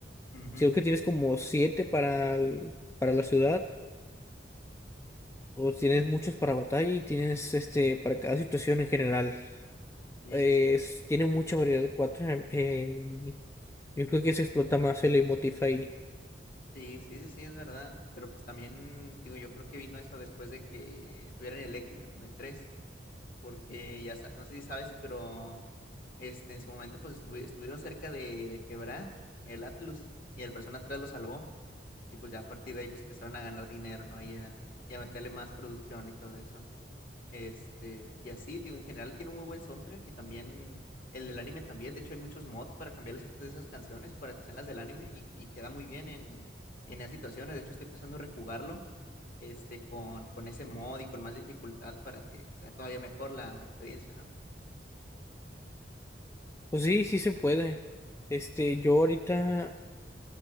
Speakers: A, on the left (about 50°); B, on the left (about 15°).
A: ujú,
B: Si creo que tienes como 7 para, el- para la ciudad, o tienes muchos para batalla y tienes este para cada situación en general.
A: Sí,
B: Eh,
A: sí, sí.
B: es- tiene mucha variedad el 4. eh, yo creo que se explota más el emotif ahí.
A: Sí, sí, sí, sí, es verdad. Pero pues también, digo, yo creo que vino eso después de que tuvieran el éxito con el tres, porque ya, sa- no sé si sabes, pero este, en su momento pues estuvi- estuvieron cerca de, de quebrar el Atlus y el Persona 3 lo salvó. Y pues ya a partir de ahí pues empezaron a ganar dinero, ¿no? Y a, y a meterle más producción y todo eso. Este, y así, digo, en general tiene un muy buen soundtrack y también el del anime también. De hecho, hay muchos mods para cambiarle ciertas de esas canciones para que sean las del anime y, y queda muy bien en, en esas situaciones. De hecho, estoy pensando rejugarlo este, con, con ese mod y con más dificultad para que sea todavía mejor la, la experiencia, ¿no?
B: Pues sí, sí se puede. Este, yo ahorita